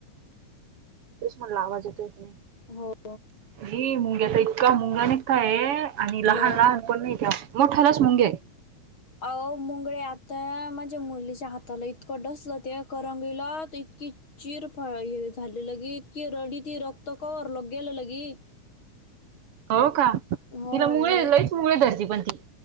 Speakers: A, on the right; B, on the left.
A: तेच म्हणल आवाज येतो की नाही.
B: हो‌.
A: अ मुंग्याचा इतका मुंगा निघताय आणि
B: ब
A: लहान लहान पण नाही त्या. मोठयालाच मुंग्ग्या <unintelligible>
B: अहो मुंगळे आता माझ्या मुलीच्या हाताला इतकं डसलं ते. करंगीला तर इतकी चीर फड हे झाले लगी. इतकी रडी ती रक्त कवरलोग गेल लगे.
A: हो का तिला
B: हो
A: मुंगळे
B: लय
A: लईच मुंगळे धरती पण ती.